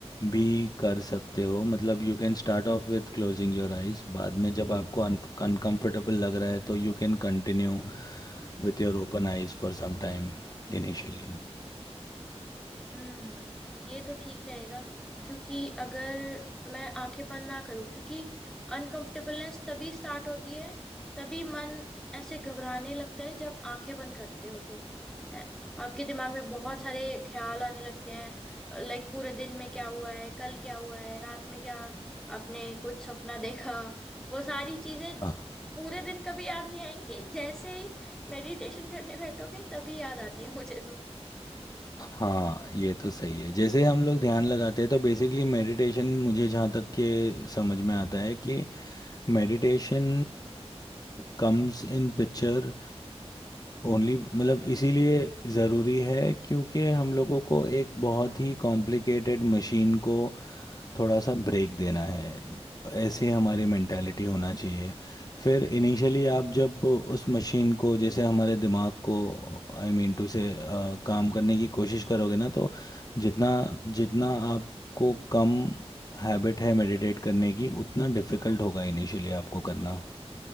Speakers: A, on the left; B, in the centre.
A: भी कर सकते हो मतलब you can start off with closing your eyes बाद में जब आपको अनकंफर्टेबल लग रहा है तो you can continue with your open eyes for some time initially
B: हम्म ये तो ठीक रहेगा क्योंकि अगर मैं आंखें बंद ना करूं क्योंकि अनकंफर्टेबलनेस तभी स्टार्ट होती है तभी मन ऐसे घबराने लगता है जब आंखें बंद करते हो तो है, आपके दिमाग में बहुत सारे ख्याल आने लगते हैं लाइक पूरे दिन में क्या हुआ है कल क्या हुआ है रात में क्या आपने कुछ सपना देखा वो सारी चीजें
A: हाँ
B: पूरे दिन कभी याद नहीं आएंगी जैसे ही मेडिटेशन करने बैठोगे तभी याद आती है मुझे तो।
A: हाँ ये तो सही है जैसे हम लोग ध्यान लगाते हैं तो बेसिकली मेडिटेशन मुझे जहाँ तक के समझ में आता है कि meditation comes in picture only मतलब इसीलिए ज़रूरी है क्योंकि हम लोगों को एक बहुत ही कॉम्प्लिकेटेड मशीन को थोड़ा सा ब्रेक देना है ऐसे हमारी मेंटालिटी होना चाहिए फिर इनिशियली आप जब उस मशीन को जैसे हमारे दिमाग को आई मीन टू से काम करने की कोशिश करोगे ना तो जितना जितना आपको कम हैबिट है मेडिटेट करने की उतना डिफिकल्ट होगा इनिशियली आपको करना